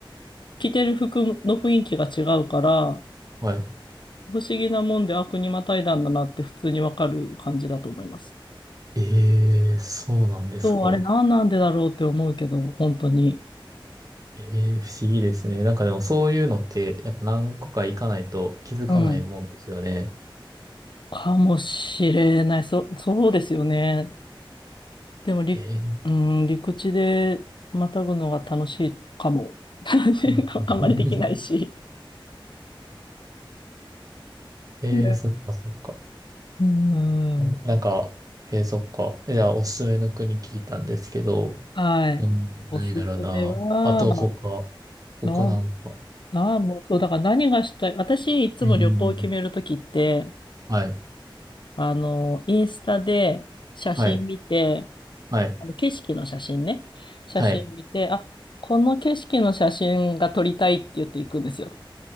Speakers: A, on the left (about 60°); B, on the right (about 40°).
A: 着てる服の雰囲気が違うから、
B: はい。
A: 不思議なもんで、あ、国またいだんだなって普通にわかる感じだと思います。
B: ええそうなんですか。
A: そう、あれ何なんでだろうって思うけど、本当に。
B: ええ、不思議ですね。なんかでもそういうのって、やっぱ何個か行かないと気づかないもんですよね。
A: うん。かもしれない。そ、そうですよね。でも、り、
B: ええ、
A: うん、陸地でまたぐのが楽しいかも。<laughs> 楽しいかもあんまりできないし。
B: うん <laughs> ええ、
A: ね
B: そっかそっか。
A: うん。
B: うんなんか、ええ、そっか。じゃあ、おすすめの国聞いたんですけど、
A: はい。
B: うん、
A: おすすめは、
B: 何だろうな。あと、他、他なんか。
A: の、なあ、もう、そう、だから何がしたい。私、いつも旅行を決めるときって、
B: うん。はい、
A: あの、インスタで写真見て、
B: はい、はい、
A: あの景色の写真ね。写真見て、
B: はい。
A: あ、この景色の写真が撮りたいって言っていくんですよ。